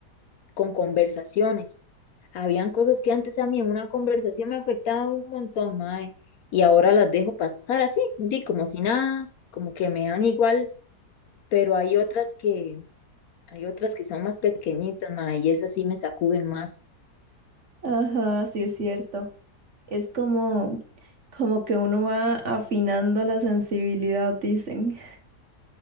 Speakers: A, on the left; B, on the right.
A: con conversaciones. Habían cosas que antes a mí en una conversación me afectaban un montón, mae, y ahora las dejo pasar así, di como si nada, como que me dan igual, pero hay otras que, hay otras que son más pequeñitas, mae, y esas sí me sacuden más.
B: Ajá, sí es cierto. Es como, como que uno va afinando la sensibilidad, dicen,